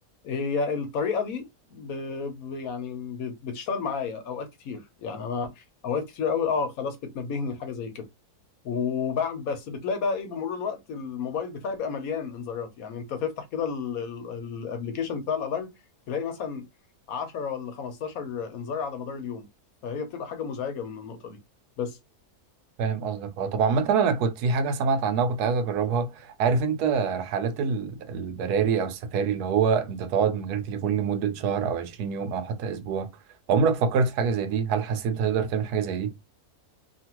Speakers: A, on the left; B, on the right.
A: هي الطريقه دي ب... ب... يعني ب... بتشتغل معايا اوقات كتير يعني انا اوقات كتير قوي اه خلاص بتنبهني لحاجه زي كده وبعد بس بتلاقي بقى ايه بمرور الوقت الموبايل بتاعي بقى مليان انذارات يعني انت تفتح كده الابلكيشن بتاع الالارم تلاقي مثلا 10 ولا 15 انذار على مدار اليوم فهي بتبقى حاجه مزعجه من النقطه دي بس
B: فاهم قصدك اه طبعا مثلا انا كنت في حاجه سمعت عنها وكنت عايز اجربها عارف انت رحلات ال- البراري او السفاري اللي هو انت تقعد من غير تليفون لمده شهر او 20 يوم او حتى اسبوع عمرك فكرت في حاجه زي دي هل حسيت انت تقدر تعمل حاجه زي دي